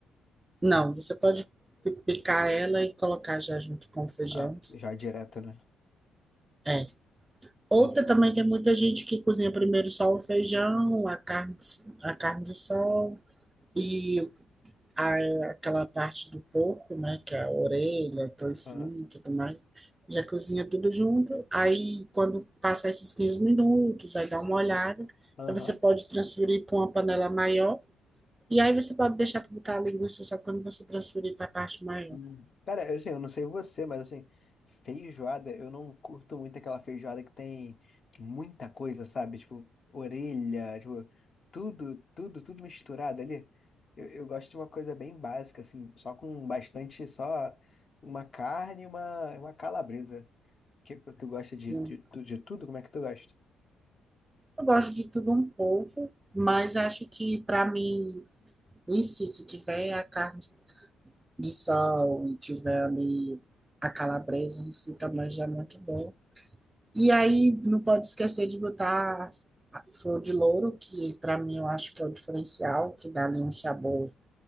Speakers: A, on the right; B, on the left.
A: Não, você pode pi- picar ela e colocar já junto com o feijão.
B: Ah, já direto, né?
A: É. Outra
B: Tá.
A: também tem muita gente que cozinha primeiro só o feijão, a carne, a carne de sol e Aí, aquela parte do corpo, né, que é a orelha, toicinho
B: Aham.
A: e tudo mais, já cozinha tudo junto. Aí, quando passar esses 15 minutos, aí dá uma olhada.
B: Aham.
A: Aí você pode transferir para uma panela maior. E aí você pode deixar para botar a linguiça só quando você transferir para a parte maior.
B: Hum. Cara, eu, assim, eu não sei você, mas assim, feijoada, eu não curto muito aquela feijoada que tem muita coisa, sabe? Tipo, orelha, tipo, tudo, tudo, tudo misturado ali. Eu, eu gosto de uma coisa bem básica, assim, só com bastante, só uma carne e uma, uma calabresa. Que que tu gosta
A: Sim.
B: de, de, tu- de tudo? Como é que tu gosta?
A: Eu gosto de tudo um pouco, mas acho que para mim, em si, se tiver a carne de sol e tiver ali a calabresa em si, também já é muito bom. E aí não pode esquecer de botar a flor de louro, que para mim eu acho que é o diferencial, que dá ali um sabor,